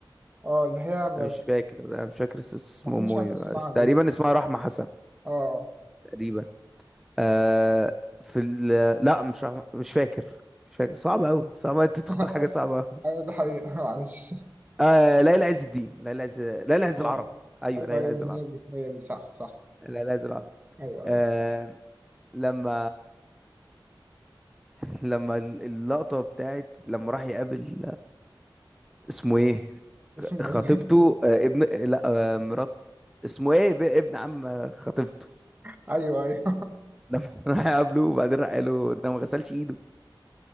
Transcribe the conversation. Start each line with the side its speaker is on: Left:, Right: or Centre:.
Right: أه اللي هي ما
Centre: أنا مش فاكر انا مش فاكر اس- اسم
Right: ما
Centre: امه
Right: حدش عارف
Centre: ايه
Right: اسمها
Centre: بس تقريبا اسمها رحمة حسن
Right: اه
Centre: تقريبا آه في ال... لا مش رحمة مش فاكر مش فاكر صعب قوي صعب انت تختار
Right: <laughs>
Centre: حاجة صعبة
Right: ايوه ده حقيقة <laughs> معلش
Centre: آه ليلى عز الدين ليلى عز ليلى عز
Right: اه
Centre: العرب ايوه
Right: ايوه
Centre: ليلى
Right: ايوه
Centre: عز العرب
Right: هي دي هي دي صح صح
Centre: ليلى عز العرب
Right: ايوه
Centre: آه
Right: ايوه
Centre: لما <laughs> لما اللقطة بتاعت لما راح يقابل اسمه ايه
Right: اسمه
Centre: خطيبته
Right: ايه
Centre: آه ابن لا آه مرات اسمه ايه ب- ابن عم خطيبته
Right: <laughs> ايوه ايوه
Centre: لما <laughs> راح يقابله وبعدين راح قال له ده ما غسلش ايده